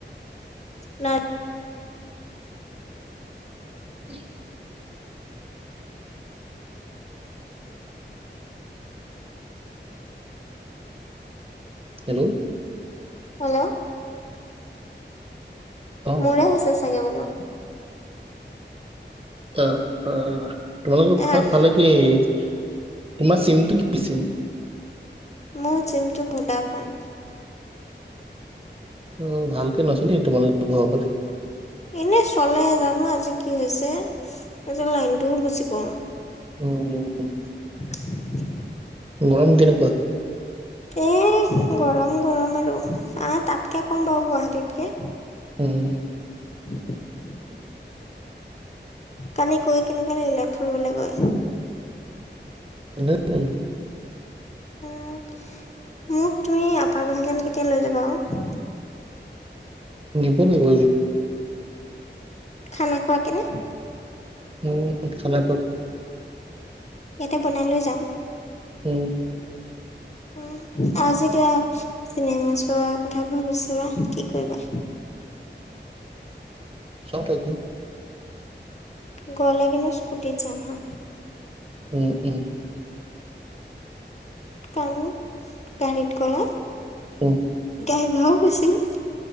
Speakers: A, on the left (about 35°); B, on the right (about 30°).
A: নাই
B: <unintelligible> হেল্ল'।
A: হেল্ল'।
B: অ
A: মোৰে হৈছে চাগে বোলো।
B: অ অ তোমালোকৰ
A: এহ
B: ফালে কি তোমাৰ চিমটো কি চিম।
A: মোৰ চিমটো ভডা ফোন।
B: অ ভালকে নচলে তোমলোকৰ ঘৰৰ ফালে।
A: এনে চলে জানো আজি কি হৈছে এয লাইনটোও গুচি গ'ল।
B: উম।
A: <unintelligible>
B: গৰম কেনেকুৱা?
A: এ গৰম গৰম আৰু আহ তাতকে ক'ম বাৰু গুৱাহাটীতকে।
B: উম।
A: <unintelligible>
B: <unintelligible>
A: কালি গৈ কেনেকুৱা লাগিলে ফৰিবলৈ গৈ?
B: <unintelligible>
A: উম মোক তুমি আপাৰ বুলি যেন কেতিয়া লৈ যাবা আৰু।
B: নিব নিব।
A: খানা খোৱা কেনে।
B: উম খানা খোৱাকে।
A: ইয়াতে বনাই লৈ যাম।
B: উম।
A: উম আজি কিবা চিনেমা চোৱা কথাবোৰ ভাবিছিলা কি কৰিবা?
B: চাও তাতে।
A: গ'লে কেনে স্কুটিত জাম হা।
B: উম উম।
A: কাৰণ গাড়ীত গ'লে।
B: উম।
A: গাড়ী ভাড়াও বেছি লয়